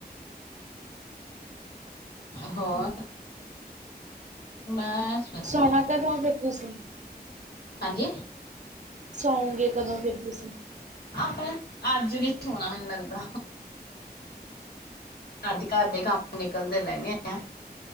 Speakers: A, on the left (about 70°); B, on the right (about 45°).
A: ਹੋਰ। ਬਸ ਵਧੀਆ
B: ਸੋਣਾ ਕਦੋਂ ਫਿਰ ਤੁਸੀਂ
A: ਹਾਂਜੀ
B: ਸਓਂਗੇ ਕਦੋਂ ਫਿਰ ਤੁਸੀਂ
A: ਆਪ ਅੱਜ ਨੀ ਸੋਣਾ ਮੈਨੂੰ ਲੱਗਦਾ। ਅੱਜ ਘਰ ਦੇ ਕੰਮ ਨਿਕਲਦੇ ਲੈ ਗ ਆ।